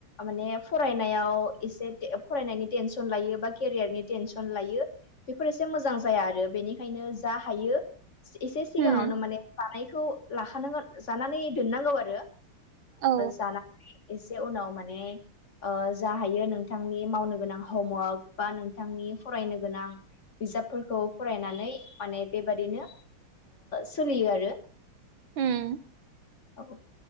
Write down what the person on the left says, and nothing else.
माने फरायनायाव एसे फरायनायनि टेनसन लायो बा केरियारनि टेनसन लायो बेफोर एसे मोजां जाया आरो बेनिखायनो जा हायो एसे सिगाङावनो
माने जानायखौ लाखानांगोन जानानै दोननांगौ आरो
जानानै एसे उनाव माने जाहायो नोंथांनि मावनो गोनां हमवार्क बा नोंथांनि फरायनो गोनां बिजाबफोरखौ फरायनानै माने बेबादिनो सोलियो आरो
औ